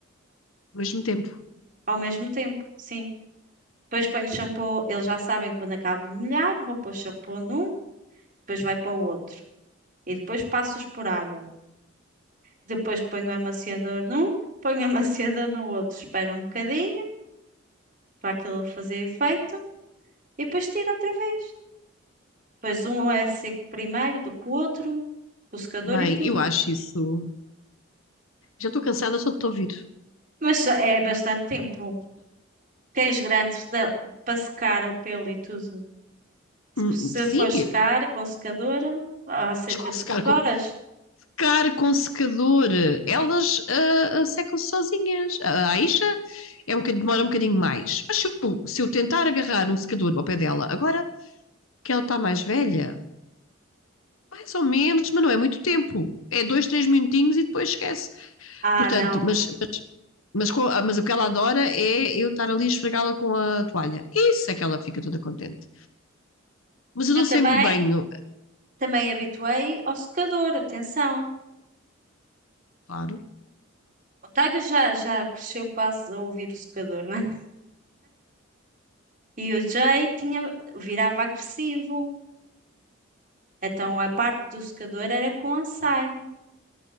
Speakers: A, on the left; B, on the right.
A: ao mesmo tempo.
B: ao mesmo tempo, sim. Depois ponho shampoo, eles já sabem quando acabo de molhar, vou pôr shampoo num, depois vai para o outro. E depois passo-os por água. Depois ponho amaciador num, ponho <laughs> amaciador no outro, espero um bocadinho para aquilo fazer efeito e depois tiro outra vez. Pois um é seco primeiro do que o outro, com o secador
A: Bem,
B: e tudo.
A: eu acho isso. Já estou cansada só de te ouvir.
B: Mas é bastante tempo. Cães grandes dá- para secar o pelo e tudo. Se
A: Hum,
B: se
A: Sim,
B: for secar com secador, há cerca
A: desconsecar
B: de duas
A: com,
B: horas.
A: secar com secador. Elas ah, ah, secam-se sozinhas. A Aisha é um bocadinho- demora um bocadinho mais. Mas se eu, se eu tentar agarrar um secador ao pé dela, agora que ela está mais velha, Mais ou menos, mas não é muito tempo. É dois, três minutinhos e depois esquece.
B: Ah,
A: Portanto,
B: não.
A: mas, mas, mas, com- ah, mas o que ela adora é eu estar ali a esfregá-la com a toalha. Isso é que ela fica toda contente. Mas eu
B: Eu
A: dou
B: também,
A: sempre banho,
B: também habituei ao secador, atenção.
A: claro.
B: O Tiger já, já cresceu quase a ouvir o secador, né? <laughs> E o Jay tinha, virava agressivo. Então a parte do secador era com ensaio.